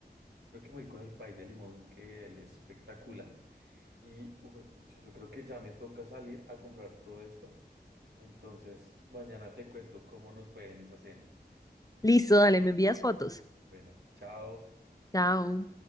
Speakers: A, on the right (about 80°); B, on the left (about 20°).
A: Creo que me voy con el pay de limón, que es espectacular. Y, uf, pucha, yo creo que ya me toca salir a comprar todo esto. Entonces, mañana te cuento cómo nos fue en esa cena.
B: Listo, dale, me envías fotos.
A: Bueno, chao.
B: Chao.